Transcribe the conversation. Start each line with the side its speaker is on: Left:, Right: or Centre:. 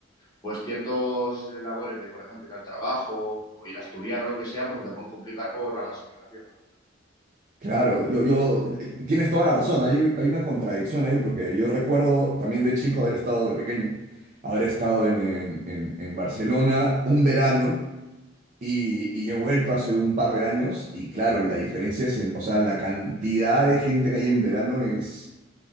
Left: pues ciertos labores de, por ejemplo, ir al trabajo o ir a estudiar o lo que sea, pues se te pueden complicar por la masificación al final.
Right: Claro, yo, yo, eh, tienes toda la razón, hay, un- hay una contradicción ahí, porque yo recuerdo también de chico haber estado, de pequeño, haber estado en, en en- en Barcelona un verano. Y, y he vuelto hace un par de años y claro, la diferencia es, en, o sea, la cantidad de gente que hay en verano es...